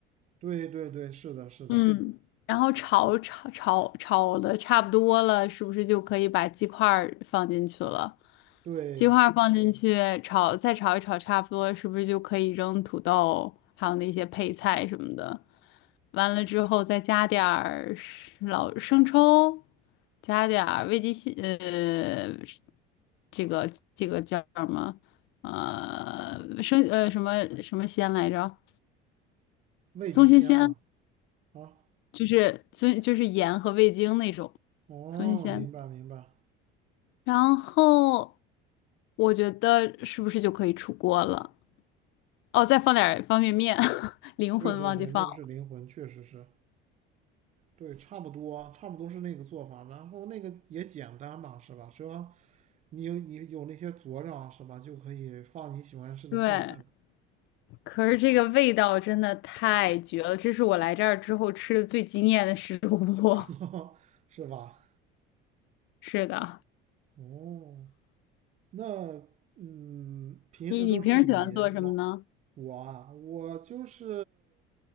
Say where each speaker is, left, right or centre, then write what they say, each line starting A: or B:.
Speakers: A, on the right (about 35°); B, on the left (about 60°).
A: 对对对，是的，是的，
B: 嗯，然后炒炒炒炒的差不多了，是不是就可以把鸡块儿放进去了？
A: 对，
B: 鸡块放进去炒，再炒一炒，差不多是不是就可以扔土豆，还有那些配菜什么的？完了之后再加点儿老生抽，加点儿味极鲜，呃，这个这个叫什么？呃，生呃什么什么鲜来着？
A: 味极鲜嘛。
B: 松鲜鲜，
A: 啊，
B: 就是松就是盐和味精那种
A: 哦，
B: 松鲜鲜。
A: 明白明白。
B: 然后我觉得是不是就可以出锅了？哦，再放点儿方便面，<laughs> 灵魂忘记放了。
A: 对对对，那个是灵魂，确实是。对，差不多啊，差不多是那个做法。然后那个也简单嘛，是吧？是吧？你有你有那些佐料啊，是吧？就可以放你喜欢吃的配菜，
B: 对，可是这个味道真的太绝了，这是我来这儿之后吃的最惊艳的食物。
A: <laughs>
B: <laughs>
A: 是吧？
B: 是的，
A: 哦，那嗯，平时都是你老
B: 你你平时喜欢做什么呢？
A: 我啊，我就是